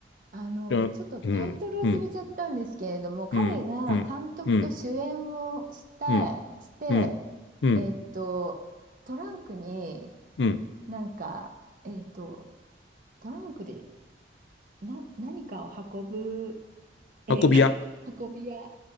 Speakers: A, on the right; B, on the left.
A: あの、
B: いや、うん、
A: ちょっとタイトル忘れちゃったんですけれども、
B: うん、うん、
A: 彼が監督と主演をしたい、
B: うん、うん、うん、うん、
A: して、
B: うん、うん、
A: えっと、トランクに
B: うん
A: なんか、えっと、トランクでな、何かを運ぶ映画、
B: 運び屋。
A: <laughs> 運び屋